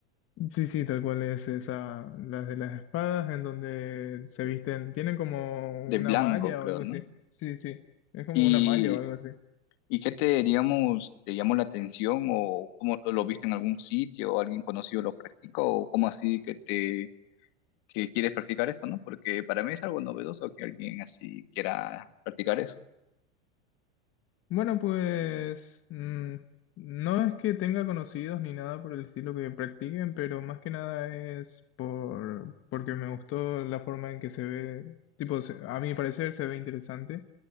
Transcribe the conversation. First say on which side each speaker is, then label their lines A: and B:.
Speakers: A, on the left; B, on the left.
A: Sí, sí, tal cual es esa, las de las espadas, en donde se visten, tienen como
B: De blanco,
A: una malla
B: creo,
A: o algo
B: ¿no?
A: así. Sí, sí, es como
B: Y,
A: una malla o algo así.
B: ¿y qué te, digamos, te llamó la atención o cómo lo lo viste en algún sitio o alguien conocido lo practica o cómo así que te que quieres practicar esto, ¿no? Porque para mí es algo novedoso que alguien así quiera practicar eso.
A: Bueno, pues mm, no es que tenga conocidos ni nada por el estilo que practiquen, pero más que nada es por, porque me gustó la forma en que se ve, tipo, se- a mi parecer se ve interesante